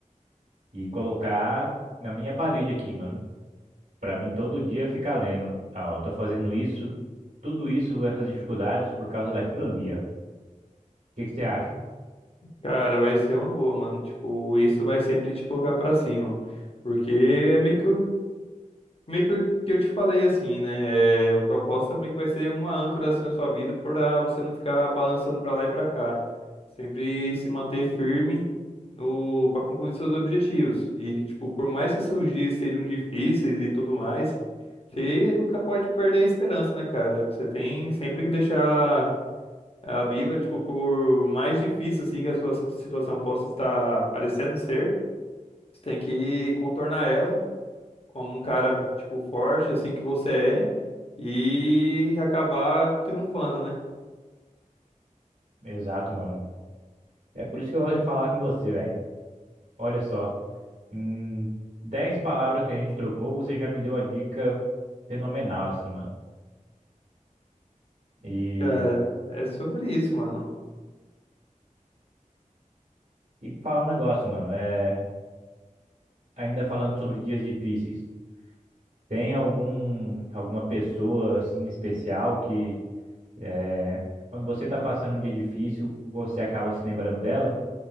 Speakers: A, on the right; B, on the left.
A: e colocar na minha parede aqui, mano. Pra mim todo dia ficar lendo, ah, ó, eu tô fazendo isso, tudo isso, essas dificuldades por causa daquilo ali, ó. O que que você acha?
B: Cara, vai ser uma boa, mano, tipo, isso vai sempre te colocar pra cima, porque é meio que meio que eu, que eu te falei assim, né? É, o propósito é meio que vai ser uma âncora assim na sua vida para você não ficar balançando para lá e para cá. Sempre se manter firme no para concluir seus objetivos. E tipo, por mais que seus dias sejam difíceis e tudo mais, você nunca pode perder a esperança, né, cara? Você tem sempre que deixar ela viva, tipo, por mais difícil assim que a sua situação possa estar parecendo ser, você tem que contornar ela como um cara, tipo, forte, assim que você é, e acabar triunfando, né?
A: Exato, mano. É por isso que eu gosto de falar com você, velho. Olha só, em 10 palavras que a gente trocou, você já me deu a dica fenomenal, assim, mano. E,
B: Cara, é sobre isso, mano.
A: e falar um negócio, mano. É, ainda falando sobre dias difíceis. Tem algum, alguma pessoa assim especial que é, quando você tá passando um dia difícil, você acaba se lembrando dela?